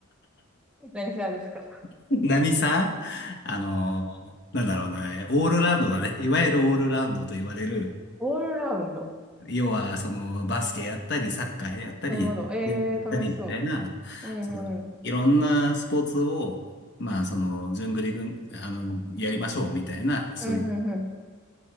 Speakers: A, in the centre; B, on the left (about 50°).
A: 何サーですか
B: <laughs> 何さ、あのーなんだろうね、オールラウンドだね。いわゆるオールラウンドと言われる、
A: オールラウンド。
B: 要は、その、バスケやったり、サッカーやったり、
A: なるほど。ええー、
B: 野球やったりみたいな、
A: 楽しそう。うんうんうん。
B: その、いろんなスポーツを、まあ、その、順繰りぐんあの、やりましょうみたいな、そういう。
A: うんうん